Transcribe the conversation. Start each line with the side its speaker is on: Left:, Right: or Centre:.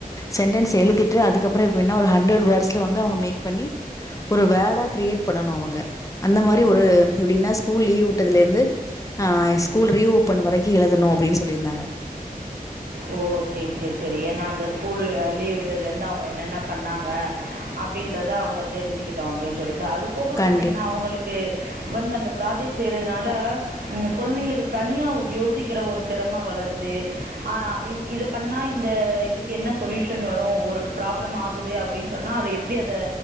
Left: சென்டென்ஸ் எழுதிட்டு அதுக் அதுக் அப்புறம் இப்ப என்ன ஓரு ஹண்ரர்டு வெட்ஸ்ல அவங்க மேக் பண்ணி ஒரு வேடா கிரியேட் பண்ணு அவங்க அந்த மாதிரி ஒரு எப்படின்னா ஸ்கூல் லீவ் விட்டதில இருந்து ஸ்கூல் ரீ ஓபன் வரைக்கு எழுதணு அப்படின்னு சொல்லியிருந்தாங்க
Right: ஓ செரி செரி செரி ஏன்னா அந்த ஸ்கூல் லீவ் விட்டதுல இருந்து அவங்க என்னென்ன பண்ணாங்க அப்படின்றத அவங்க தெரிஞ்சுக்கிட்டோ அப்படின்னு சொல்லிட்டு அது போக
Left: கண்டிப்
Right: பாத்தீங்கன்னா அவங்களுக்கு வந்து அந்த ப்ராஜெக்ட் செய்யறதுனால உம் குழந்தைங்களுக்கு தனியா யோசிக்கிற ஒரு திறம வளருது ஆ இ இத பண்ணா இந்த இதுக்கு என்ன சொல்யூஷன் வரு ஒரு ப்ராப்ளம் ஆகுது அப்டின் சொன்னா அத எ ப்டி அத